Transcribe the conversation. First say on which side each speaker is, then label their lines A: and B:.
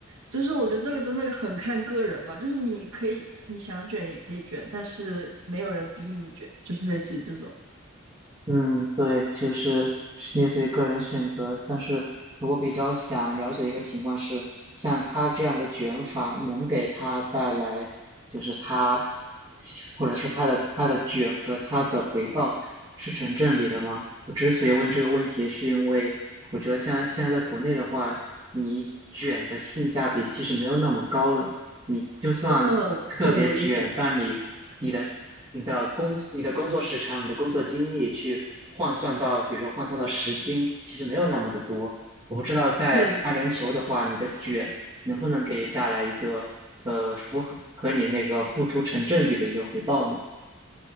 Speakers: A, on the right; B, on the right.
A: 就是我觉得这个真的很看个人嘛，就是你可以你想卷也可以卷，但是没有人逼你卷，就是类似于这种。
B: 嗯，对，就是是类似于个人选择，但是我比较想了解的一个情况是，像他这样的卷法能给他带来，就是他，或者是他的他的卷和他的回报是成正比的吗？我之所以问这个问题，是因为我觉得现在现在在国内的话，你卷的性价比其实没有那么高了。你就算特别卷，
A: 嗯，对，我理解。
B: 但你你的你的工你的工作时长、你的工作经历去换算到，比如说换算到时薪，其实没有那么的多。我不知道在阿联酋的话，
A: 对
B: 你的卷能不能给你带来一个呃符合和你那个付出成正比的一个回报呢？